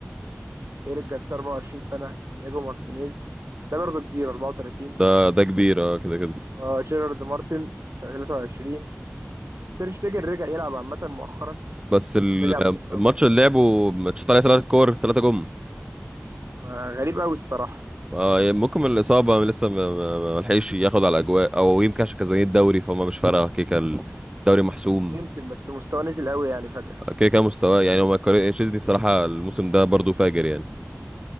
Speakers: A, on the right; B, on the right.
A: ايريك جارسيا 24 سنه انياجو مارتينيز ده برضه كبير 34
B: ده ده كبير اه كده كده
A: آه جيرارد مارتن 23 تير شتيجن رجع يلعب عامه مؤخرا
B: بس ال-
A: رجع من اصابه
B: الماتش اللي لعبه ماتشات عليه ثلاث كور ثلاثة جم
A: ما غريب قوي الصراحه
B: آه يعني ممكن من الإصابة لسه ما ما- ما- ما لحقش ياخد على أجواء أو يمكن عشان كسبان الدوري فهم مش فارقة كيكة الدوري محسوم
A: يمكن بس مستواه نزل قوي يعني فجاه
B: كيكة مستواه يعني هو ما يقارن- تشيزني الصراحة الموسم ده برضه فاجر يعني